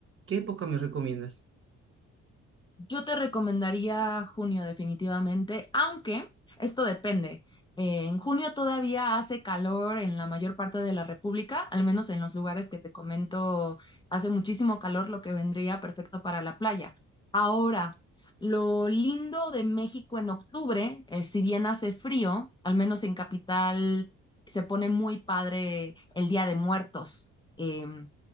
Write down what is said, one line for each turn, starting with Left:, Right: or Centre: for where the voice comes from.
Right: ¿Qué época me recomiendas?
Left: Yo te recomendaría junio definitivamente, aunque esto depende. Eh, en junio todavía hace calor en la mayor parte de la República, al menos en los lugares que te comento, hace muchísimo calor, lo que vendría perfecto para la playa. Ahora, lo lindo de México en octubre, eh, si bien hace frío, al menos en capital se pone muy padre el Día de Muertos. Em,